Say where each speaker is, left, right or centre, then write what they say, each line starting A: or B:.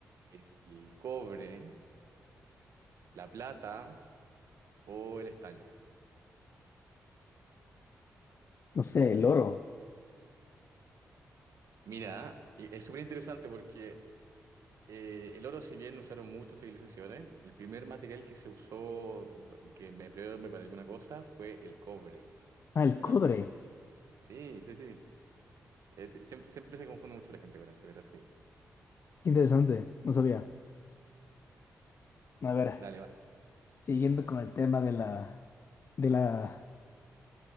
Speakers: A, on the right; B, on the left.
A: el cobre, la plata o el estaño.
B: No sé, el oro.
A: Mira, y es súper interesante porque Eh, el oro, si bien lo usaron muchas civilizaciones, el primer material que se usó, que empleó el hombre para alguna cosa, fue el cobre.
B: Ah, el
A: Ese
B: cobre.
A: fue el primero. Sí, sí, sí. Es- siempre, siempre se confunde mucho la gente con eso, pero sí.
B: Qué interesante, no sabía. A ver,
A: Dale, va.
B: siguiendo con el tema de la, de la